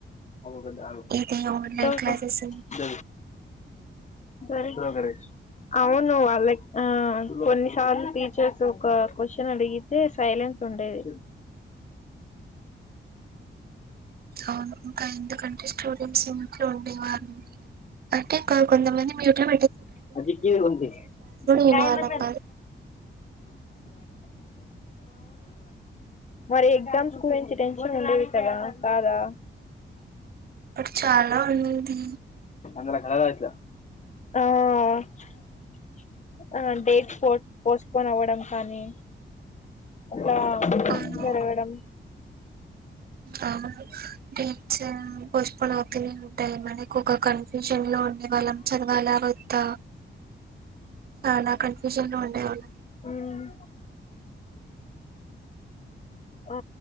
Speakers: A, on the left (about 35°); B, on the right (about 50°).
A: అ కదా అ
B: ఇది ఆన్లైన్
A: దవు
B: క్లాసెస్
A: క ద సర వర అవును వాళ్ళకి ఆ కొన్నిసార్లు టీచర్స్ ఒక క్వశ్చన్ అడిగితే సైల్ ఫ్లెన్స్ ఉండేది
B: అవును ఇంకా ఎందుకంటే స్టూడెంట్స్ ఇంట్లో ఉండేవారు అంటే కాల్ కొంత మంది మ్యూట్ లో
A: అ ఉంది
B: వినేవాళ్ళం
A: కా అవును
B: కాదు
A: మరి ఎగ్జామ్స్ గురించి టెన్షన్ ఉండేవి కదా కాదా
B: అప్పుడు చాలా ఉంది
A: ఆ ఆ డేట్ పో పోస్ట్పోన్ అవ్వడం కానీ అలా
B: అవును
A: జరగడం
B: అవును గెచ్చ పోస్ట్పోన్ అవుతూనే ఉంటాయి మనకు ఒక కన్ఫ్యూజన్ లో ఉండే వాళ్ళం చదవాల వద్దా చాలా కన్ఫ్యూజన్ లో ఉండేవాళ
A: మ్మ్ ఆ